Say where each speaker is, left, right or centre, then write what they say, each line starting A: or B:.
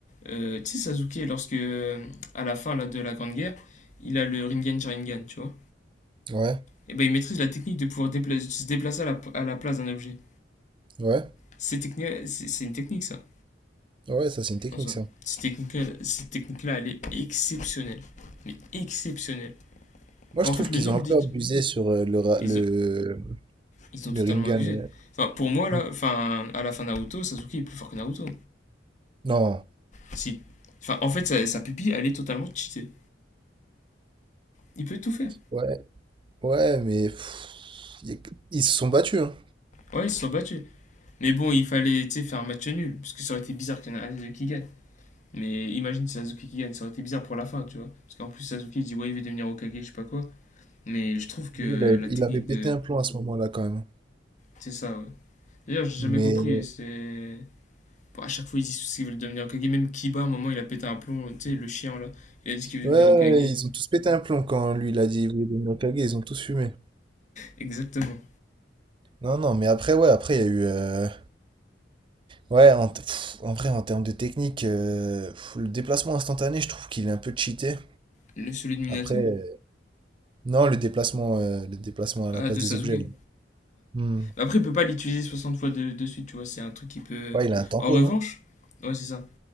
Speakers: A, on the left; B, on the right.
A: Euh, tu sais, Sasuke, lorsque, euh, à la fin là, de la Grande Guerre, il a le Rinnegan Sharingan, tu vois.
B: Ouais,
A: Et ben, il maîtrise la technique de pouvoir dépla- se déplacer à la, à la place d'un objet.
B: ouais,
A: C'est techni- c'est c'est une technique, ça,
B: ouais, ça c'est une technique,
A: en soi.
B: ça.
A: Cette technique-là, cette technique-là, elle est exceptionnelle. Mais exceptionnelle.
B: Moi,
A: Enfin,
B: je
A: en
B: trouve
A: fait, le
B: qu'ils
A: nombre
B: ont un
A: d'études.
B: peu abusé sur euh, le, Ra-
A: Ils
B: le,
A: ont, Ils ont
B: le
A: totalement
B: Rinnegan.
A: abusé.
B: euh.
A: Enfin, pour moi, là,
B: Hmm.
A: enfin, à la fin de Naruto, Sasuke est plus fort que Naruto.
B: Non,
A: Si. Enfin, en fait, sa, sa pupille, elle est totalement cheatée. Il peut tout faire.
B: ouais, ouais, mais pff, y- ils se sont battus, hein.
A: Ouais, ils se sont battus. Mais bon, il fallait, tu sais, faire un match nul. Parce que ça aurait été bizarre qu'il y en ait un qui gagne. Mais imagine si Sasuke qui gagne, ça aurait été bizarre pour la fin, tu vois. Parce qu'en plus, Sasuke il dit ouais, il veut devenir Hokage je sais pas quoi. Mais je trouve que
B: Lui, Il avait,
A: la technique
B: il avait pété
A: de.
B: un plomb à ce moment-là, quand même.
A: C'est ça, ouais. D'ailleurs, j'ai jamais
B: Mais
A: compris, c'est. Bon, à chaque fois, ils disent qu'ils veulent devenir Hokage Même Kiba, à un moment, il a pété un plomb, tu sais, le chien là. Il a dit qu'il veut
B: Ouais,
A: devenir Hokage.
B: ouais, ils ont tous pété un plomb quand lui il a dit il voulait devenir Hokage, ils ont tous fumé.
A: Exactement.
B: Non, non, mais après, ouais, après, il y a eu. euh, Ouais, en, t- pff, en vrai, en termes de technique, euh, pff, le déplacement instantané, je trouve qu'il est un peu cheaté.
A: Le celui de Minato
B: Après, euh, non, le déplacement, euh, le déplacement à
A: Ah,
B: la place
A: de
B: des
A: Sasuke.
B: objets,
A: Ouais.
B: là. Hmm.
A: Mais Après, il peut pas l'utiliser 60 fois de, de suite, tu vois. C'est un truc qui peut.
B: Ouais, il a un tempo,
A: En revanche,
B: non?
A: ouais, c'est ça.